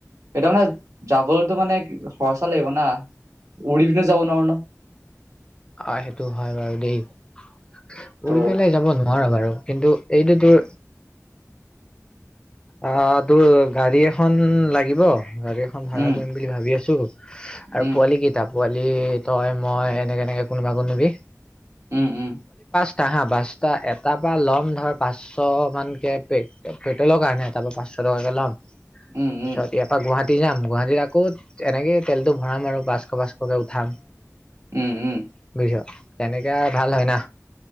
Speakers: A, on the right; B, on the left.
A: এটা মানে যাবলৈতো মানে খৰচা লাগিব না, উৰি পিনে যাব নোৱাৰো ন।
B: অ' সেইটো হয় বাৰু দেই, উৰি
A: ত'
B: পেলাই যাব নোৱাৰো বাৰু। কিন্তু, এইটো টু অ' তোৰ গাড়ী এখন লাগিব গাড়ী এখন
A: উম
B: ভাড়া কৰিম বুলি ভাবি আছো আৰু
A: উম
B: পোৱালি কিতাপ পোৱালি তই মই এনেকে - এনেকে কোনোবা- কোনবি
A: উম উম।
B: চা হা বাচটা এটাৰ পৰা ল'ম ধৰ পাঁচশ মানকে প <inaudible> পেট্ৰলৰ কাৰণে তাৰ পৰা পাঁচশ টকাকে ল'ম। তাৰপিছত
A: উম উম
B: ইয়াৰ পৰা গুৱাহাটী যাম গুৱাহাটীত আকৌ এনেকেই তেলটো ভৰাম আৰু পাঁচশ- পাঁচশকে উঠাম।
A: উম উম।
B: বুজিছ তেনেকে ভাল হয় না।